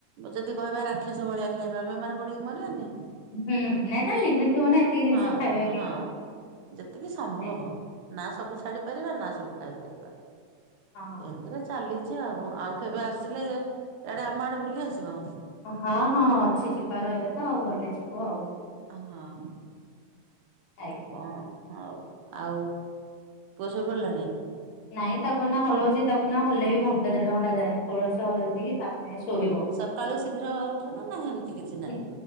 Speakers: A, on the right (about 70°); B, on the left (about 75°).
A: ଯଦି କହିବା ରାକ୍ଷସ ଭଳିଆ ଖାଇବା ବେମାର ପଡ଼ିକି ମରିବାନି?
B: ହୁଁ ନାଇଁ ତା ଲିମିଟ ଥିବ ନା ଏତିକି ଜିନିଷ
A: ହଁ
B: ଖାଇବା
A: ହଁ।
B: କି କଣ?
A: ଯେତିକି ସମ୍ଭବ
B: ନାଇଁ
A: ନା ସବୁ ଛାଡି ପାରିବା ନା ସବୁ ଖାଇପାରିବା।
B: ହଁ।
A: ଏମିତିରେ ଚାଲିଛି ଆଉ ଆଉ କେବେ ଆସିଲେ ଏ ଆଡେ ଆମ ଆଡେ ବୁଲି ଆସିବ?
B: ହଁ ହଁ ଅଛି ଯିବାର ଏବେତ ଆଉ ଗଲେ ଯିବା ଆଉ।
A: ହଁ ଆଉ
B: ଆଜ୍ଞା।
A: ଙ୍କ। ହଉ ଆଉ ପୁଅ ସୋଇପଇଲାଣି?
B: ନାଇଁ ତାକୁ ଏଇନା ହଉଛି ତାକୁ ଏଇନା ହଲେ ବି ଘଣ୍ଟା ଦେଢ ଘଣ୍ଟା ଯାଏ। <unintelligible> ତାପରେ ଯାଇକି ଶୋଇିବ।
A: ହଁ ସକାଳୁ ଶୀଘ୍ର ଉଠ ନା ନା ସେମିତି କିଛି ନାହିଁ?
B: ହୁଁ